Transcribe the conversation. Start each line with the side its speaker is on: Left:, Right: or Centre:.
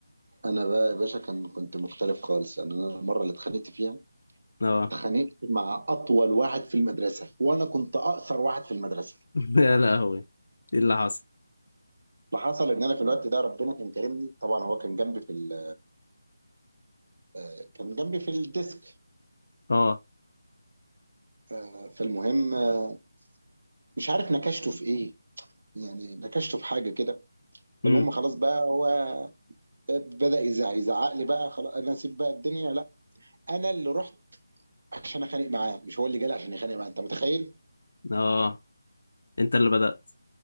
Right: انا بقى يا باشا كان كنت مختلف خالص يعني انا المره اللي اتخانقت فيها
Left: اه
Right: اتخانقت مع اطول واحد في المدرسه وانا كنت اقصر واحد في المدرسه
Left: <laughs> يا لهوي ايه اللي حصل
Right: اللي حصل ان انا في الوقت ده ربنا كان كرمني طبعا هو كان جنبي في ال... آه، كان جنبي في الديسك
Left: اه
Right: آه، فالمهم آه، مش عارف نكشته في ايه يعني نكشته في حاجه كده
Left: امم
Right: فالمهم خلاص بقى هو بدأ يزعق يزعق لي بقى خلاص انا اسيب بقى الدنيا لا انا اللي رحت عشان اخانق معاه مش هو اللي جالي عشان يخانق معاه انت متخيل
Left: اه انت اللي بدأت